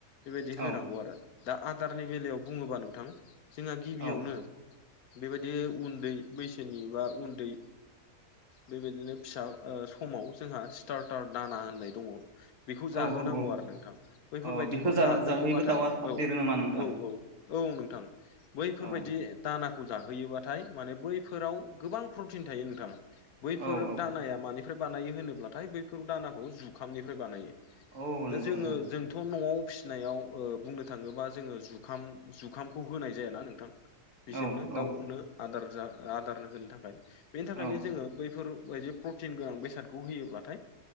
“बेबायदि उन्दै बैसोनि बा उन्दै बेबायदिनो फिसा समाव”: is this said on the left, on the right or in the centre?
Left